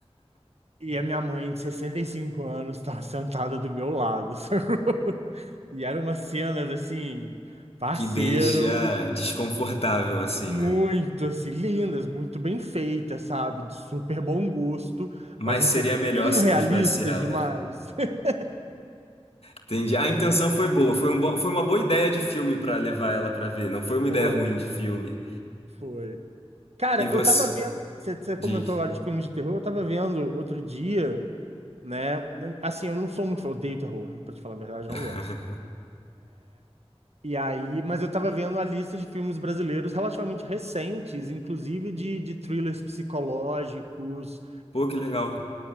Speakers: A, on the right (about 75°); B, on the left (about 65°).
A: E a minha mãe, de 65 anos, estava <laughs> sentada do meu lado, sacou? <laughs> E eram umas cenas assim, parceiro,
B: Que deixa desconfortável, assim,
A: muito
B: né?
A: assim, lindas, muito bem feitas, sabe? De super bom gosto,
B: Mas
A: mas um
B: seria
A: pouquinho
B: melhor se
A: realistas
B: não tivesse ela.
A: demais. <laughs>
B: Entendi. A intenção foi boa, foi um bom, foi uma boa ideia de filme pra levar ela pra ver. Não foi uma
A: Foi,
B: ideia ruim de filme.
A: foi. Cara,
B: E você
A: eu tava vendo, você você comentou
B: diz,
A: agora de filmes de terror, eu tava vendo outro dia, né? Eu- Assim, eu não sou muito, eu odeio terror, pra te falar a verdade,
B: <laughs>
A: eu não gosto. E aí, mas eu tava vendo a lista de filmes brasileiros relativamente recentes, inclusive de, de thrillers psicológicos.
B: pô, que legal.